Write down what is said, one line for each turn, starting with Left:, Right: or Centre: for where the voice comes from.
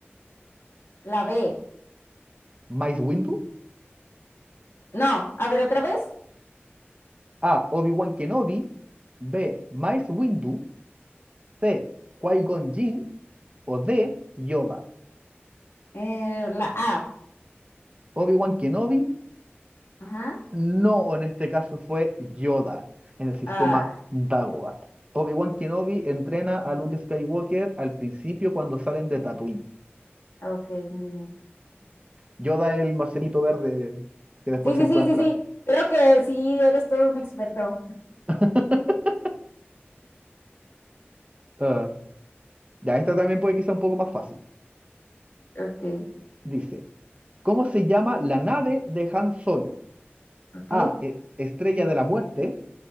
Left: La B.
Right: Mace Windu.
Left: No, a ver otra vez.
Right: A. Obi-Wan Kenobi. B. Mace Windu. C. Qui-Gon Jinn. o D, Yoda.
Left: Eh, la A.
Right: Obi-Wan Kenobi,
Left: Ajá.
Right: no, o en este caso fue Yoda en el sistema
Left: Ah,
Right: Dagobah. Obi-Wan Kenobi entrena a Luke Skywalker al principio cuando salen de Tatooine.
Left: ok, muy bien.
Right: Yoda es el marcianito verde que después
Left: Sí,
Right: se
Left: sí,
Right: encuentra.
Left: sí, sí, sí. Creo que sí, eres todo un experto.
Right: <laughs> Ah, ya, esta también puede que sea un poco más fácil.
Left: Ok,
Right: Dice, ¿cómo se llama la nave de Han Solo?
Left: ok.
Right: A, e- Estrella de la Muerte.